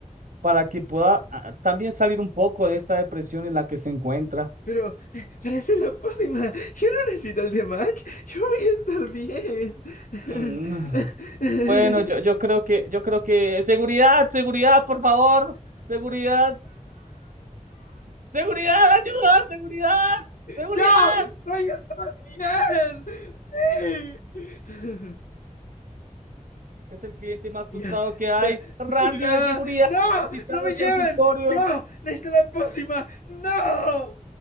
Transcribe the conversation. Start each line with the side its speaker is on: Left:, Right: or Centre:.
Right: para que pueda ah, también salir un poco de esta depresión en la que se encuentra.
Left: Pero, eh, pero esa es la pócima. Yo no necesito el de match. Yo voy a estar bien.
Right: Mm,
Left: <laughs>
Right: Bueno, yo, yo creo que, yo creo que, seguridad, seguridad, por favor, seguridad, seguridad, ayuda, seguridad, seguridad.
Left: ¡Yo voy a estar bien! <laughs> Lore,
Right: Es el cliente más tostado
Left: ella,
Right: que
Left: ella
Right: hay. Randy
Left: sufrirá.
Right: de seguridad,
Left: ¡No!
Right: visitado
Left: ¡No me
Right: el consultorio.
Left: lleven! ¡Yo! ¡Necesito la pócima! ¡No!